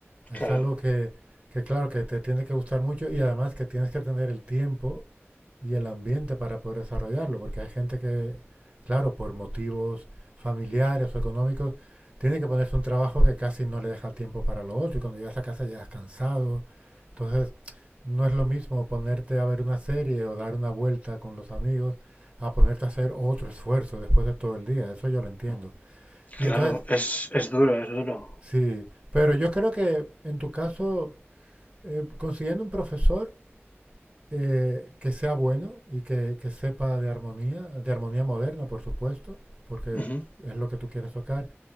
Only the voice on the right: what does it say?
es
algo que, que claro, que te tiene que gustar mucho y además que tienes que tener el tiempo y el ambiente para poder desarrollarlo, porque hay gente que, claro, por motivos familiares o económicos, tiene que ponerse un trabajo que casi no le deja tiempo para lo otro y cuando llegas a casa ya has cansado. Entonces, No es lo mismo ponerte a ver una serie o dar una vuelta con los amigos a ponerte a hacer otro esfuerzo después de todo el día. Eso yo lo entiendo. Y
entonces,
sí, pero yo creo que en tu caso, eh, consiguiendo un profesor eh, que sea bueno y que, que sepa de armonía, de armonía moderna, por supuesto, porque
es lo que tú quieres tocar,